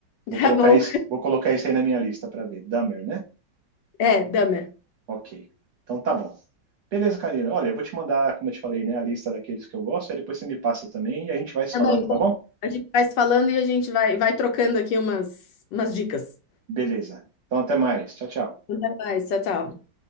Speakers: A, on the right; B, on the left.
A: vou colocar
B: Tá bom.
A: isso, vou colocar isso aí na minha lista para ver. Dahmer, né?
B: É, Dahmer.
A: Ok. Então tá bom. Beleza, Karina. Olha, eu vou te mandar, como eu te falei, né, a lista daqueles que eu gosto, aí depois você me passa também e a gente vai se
B: Tá
A: falando,
B: bom, então
A: tá bom?
B: a gente vai se falando e a gente vai, vai trocando aqui umas, umas dicas.
A: Beleza. Então até mais. Tchau, tchau.
B: Até mais. Tchau, tchau.